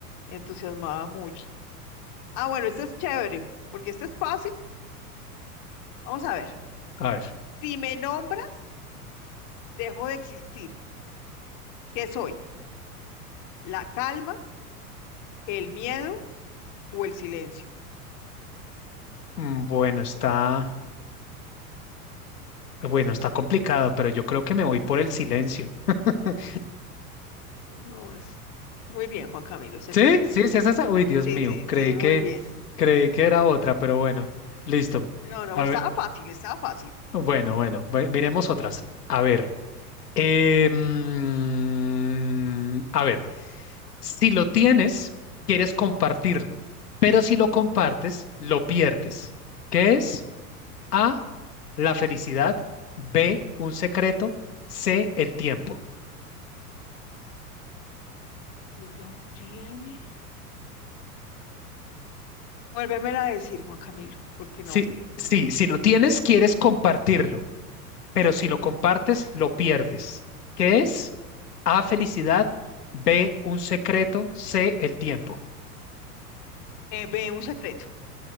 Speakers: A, on the left; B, on the left.
A: entusiasmaba mucho. Ah, bueno, este es chévere, porque este es fácil. Vamos a ver.
B: A ver,
A: Si me nombras, dejo de existir. ¿Qué soy? ¿La calma, el miedo o el silencio?
B: mm, bueno, está, bueno, está complicado, pero yo creo que me voy por el silencio. <laughs>
A: Eh, No, es- muy bien, Juan Camilo, es el
B: Sí,
A: silencio,
B: sí,
A: sí.
B: sí, es esa. Uy, Dios
A: Sí,
B: mío,
A: sí,
B: creí
A: sí,
B: que,
A: muy bien.
B: creí que era otra, pero bueno, listo.
A: No, no,
B: A
A: estaba
B: ver,
A: fácil, estaba fácil.
B: bueno, bueno, ve- miremos otras. A ver. Em, a ver, si lo tienes, quieres compartirlo, pero si lo compartes, lo pierdes. ¿Qué es? A, la felicidad, B, un secreto, C, el tiempo.
A: ¿Y lo tiene? Vuélvemela a decir, Juan Camilo, porque
B: Sí,
A: no.
B: sí, si lo tienes, quieres compartirlo, pero si lo compartes, lo pierdes. ¿Qué es? A, felicidad, B, un secreto, C, el tiempo.
A: Eh, ve un secreto.